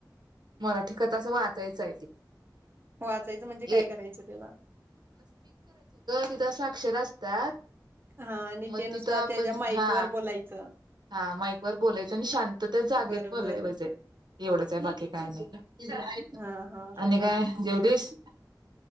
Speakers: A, on the right; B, on the right.
A: मराठी कथा अस वाचायचं आहे ते
B: वाचायचं म्हणजे
A: ए
B: काय करायचं तेला
A: तिथ अस आक्षर असतात
B: हा आणि
A: मग
B: ते नुसता
A: तिथं आपण
B: त्याच्या माईक
A: हा
B: वर बोलायचं
A: हा माईक वर बोलायचं आणि शांततेत जागेत
B: बर
A: बोलाय
B: बर
A: पाहिजे एवढंच आहे बाकी काय नाही
B: हा हा
A: आणि काय जेवलीस